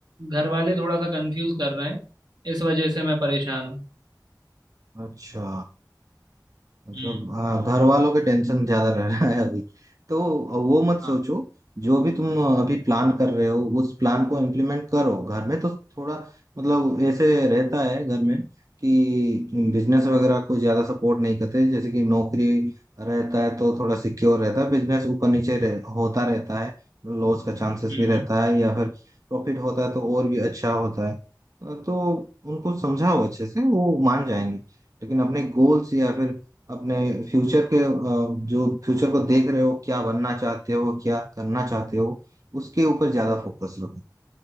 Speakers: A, on the right (about 70°); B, on the right (about 50°).
A: घर वाले थोड़ा सा कंफ्यूज कर रहे हैं इस वजह से मैं परेशान हूँ
B: हाँ, अच्छा मतलब
A: हम्म
B: हाँ घर वालों के टेंशन ज्यादा रह रहा है अभी तो वो मत सोचो
A: हाँ
B: जो भी तुम अभी प्लान कर रहे हो उस प्लान को इम्प्लीमेंट करो घर में तो थोड़ा मतलब ऐसे रहता है घर में कि बिजनेस वगैरह को ज्यादा सपोर्ट नहीं करते जैसे कि नौकरी रहता है तो थोड़ा सिक्योर रहता है बिजनेस ऊपर नीचे रह, होता रहता है लॉस का चांसेस
A: हम्म
B: भी रहता
A: हम्म,
B: है या फिर प्रॉफिट होता है तो और भी अच्छा होता है तो उनको समझाओ अच्छे से वो मान जाएंगे लेकिन अपने गोल्स या फिर अपने फ्यूचर
A: हम्म।
B: के अ, जो फ्यूचर को देख रहे हो क्या बनना चाहते हो क्या करना चाहते हो उसके ऊपर ज्यादा फोकस रखो